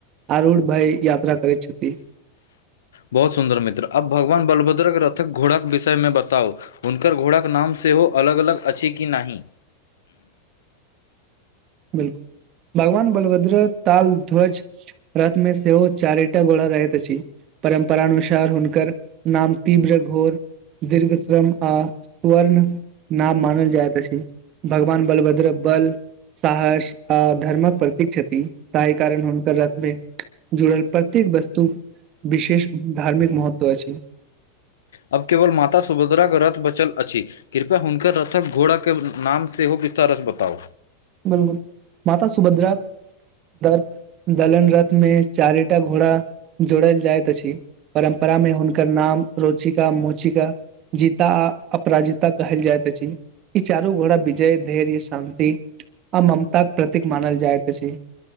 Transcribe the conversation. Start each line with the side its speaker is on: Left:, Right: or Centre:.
Right: आरुढ़ भै यात्रा करैत छथि।
Left: बहुत सुन्दर मित्र, अब भगवान बलभद्र के रथक घोड़ाक के विषय में बताउ? हुनकर घोड़ा के नाम सेहो अलग-अलग अछि कि नाहि?
Right: बिल्कुल भगवान बलभद्र ताल, ध्वज रथ मे सेहो चारे टा घोड़ा रहैत अछि। परम्परानुसार हुनकर नाम तीव्र, घोर दीर्घ श्रम आ स्वर्ण नाम मानल जाएत अछि। भगवान बलभद्र बल साहस आ धर्मक प्रतीक छथि ताहि कारण हुनकर रथ मे जुड़ल प्रत्येक वस्तु विशेष धार्मिक महत्व अछि।
Left: अब केवल माता सुभद्रा के रथ बचल अछि। कृपया हुनकर रथक घोड़ा के नाम सेहो हो विस्तार स बताउ?
Right: बिल्कुल माता सुभद्राक दर्प दलन रथ मे चारे टा घोड़ा जोड़ल जाएत अछि। परम्परामे हुनकर नाम रोचिका-मोचिका जीता अपराजिता कहल जाइत अछि, ई चारू घोड़ा विजय, धैर्य, शान्ति अ ममता के प्रतीक मानल जाएत अछि।